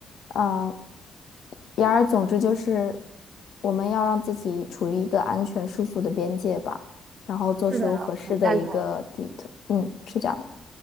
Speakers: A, on the left (about 65°); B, on the right (about 40°).
A: 啊、言而总之就是我们要让自己处于一个安全舒服的边界吧，然后做出合适的一个
B: 是的，很赞同。
A: d 嗯，是这样的